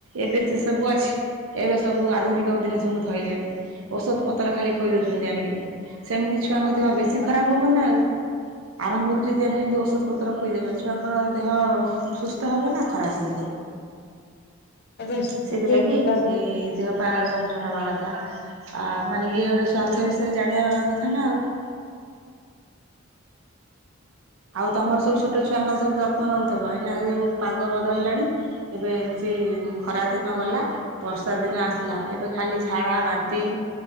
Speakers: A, on the right; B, on the left.
A: ଏବେ ସେ ସବୁ ଅଛି। ଏବେ ସବୁ ଆଧୁନିକ ଜିନିଷକୁୁ ଧଇଲେଣି ଔଷଧ ପତ୍ର ଖାଲି ଖୋଇ ଦଉଛନ୍ତି ଆଣିକିରି ସେମିତି ଛୁଆଙ୍କ ଦେହ ବେଶୀ ଖରାପ ହବ ନା ଆଉ। ଆରମ୍ଭରୁ ଯଦି ଆମେ ଏମିତି ଔଷଧ ପତ୍ର ଖୋଇଦବା ଛୁଆଙ୍କର ଦେହ ସୁସ୍ଥ ହବ ନା ଖରାପ ହେଇଯିବ?
B: ଏବେ ସେ
A: ସେଥିଲାଗି
B: ଯେ ଯୋଗାଯୋଗ
A: ଏ ଦେହ ପାହା ଯାତ୍ରା ଆ ମାନେ ଇଏ ଗୋଟେ ସ୍ଵାର୍ଥ ବିଷୟରେ ଜାଣିବା କଥା ନା ଆଉ। <unintelligible> ଆଉ ତମର ସବୁ ଛୋଟ ଛୁଆଙ୍କର ସବୁ ଯତ୍ନ ନଉଥିବ ଏଇନା ଯଉ ପାଗ ବଦଳିଲାଣି ଏବେ ଖରା ଦିନ ଗଲା ବର୍ଷା ଦିନ ଆସିଲା ଏବେ ଖାଲି ଝାଡ଼ା, ବାନ୍ତି